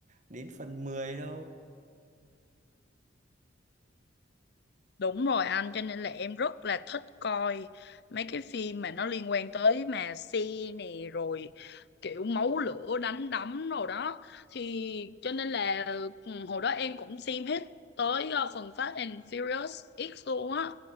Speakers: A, on the right (about 40°); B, on the left (about 60°).
A: đến phần 10 đâu
B: Đúng rồi anh, cho nên là em rất là thích coi mấy cái phim mà nó liên quan tới mà xe nè rồi kiểu máu lửa đánh đấm rồi đó. Thì cho nên là ừ, hồi đó em cũng xem hết tới ờ, phần Fast and Furious X luôn á.